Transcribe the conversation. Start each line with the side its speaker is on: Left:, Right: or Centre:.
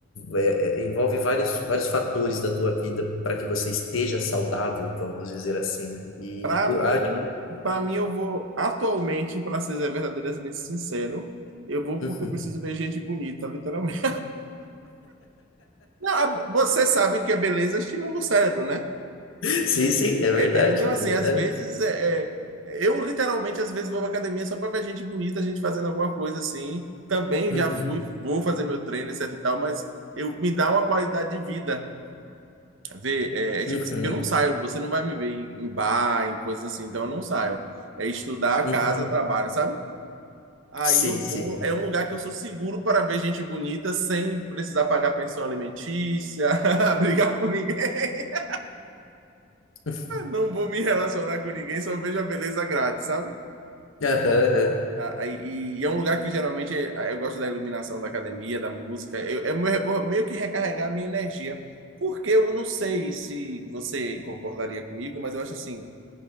Left: é, é, envolve vários vários fatores da tua vida para que você esteja saudável, vamos dizer assim, né? E
Right: Pra
Left: o
Right: mim,
Left: a atividade-
Right: para mim, eu vou atualmente, pra ser verdadeiramente sincero, eu vou
Left: Uhum.
Right: porque eu preciso ver gente bonita, literalmente. Não, a- você sabe que a beleza estimula o cérebro, né?
Left: <laughs> Sim, sim, é verdade,
Right: É, é, então, assim,
Left: é verdade.
Right: às vezes é, é, eu literalmente às vezes vou pra academia só para ver gente bonita, gente fazendo alguma coisa assim. Também
Left: Uhum,
Right: já fui, vou fazer meu treino, etc e tal, mas eu me dá uma qualidade de vida. Ver, é, é tipo
Left: uhum,
Right: assim, porque eu não saio, você não vai me ver em, em bar, em coisas assim, então eu não saio. É estudar,
Left: uhum.
Right: casa, trabalho, sabe? Aí
Left: Sim,
Right: eu
Left: sim.
Right: vou, é um lugar que eu sou seguro para ver gente bonita sem precisar pagar pensão alimentícia, <laughs> brigar com ninguém. <laughs>
Left: <laughs>
Right: Não vou me relacionar com ninguém, só vejo a beleza grátis, sabe?
Left: Aham, aham.
Right: Ah, E, e é um lugar que geralmente eh, eu gosto da iluminação da academia, da música. Eu, é meu- vou meio que recarregar a minha energia. Porque eu não sei se você concordaria comigo, mas eu acho assim,